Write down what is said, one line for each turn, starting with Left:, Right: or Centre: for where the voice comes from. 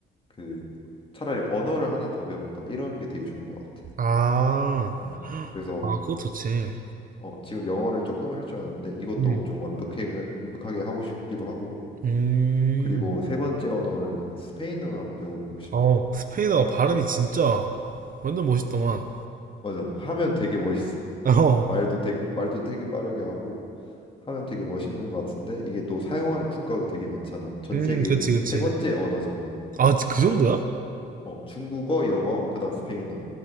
Left: 그 차라리 언어를 하나 더 배운다 이런 게 되게 좋은 것 같아.
Right: 아,
Left: 음. 그래서
Right: 아, 그거 좋지.
Left: 어, 지금 영어를 조금 할 줄 아는데 이것도
Right: 음,
Left: 좀 완벽하게 완벽하게 하고 싶기도 하고
Right: 음.
Left: 그리고 세 번째 언어를 나는 스페인어로 한번 배워보고 싶어.
Right: 어, 스페인어 발음이
Left: 음.
Right: 진짜 완전 멋있더만.
Left: 맞아. 하면 되게 멋있어.
Right: 어,
Left: 말도 되게 말도 되게 빠르게 하고. 하면 되게 멋있는 것 같은데 이게 또 사용하는 국가도 되게 많잖아. 전
Right: 음,
Left: 세계
Right: 그치, 그치.
Left: 세 번째 언어잖아.
Right: 아, 그 정도야?
Left: 어, 어, 중국어, 영어, 그다음 스페인어.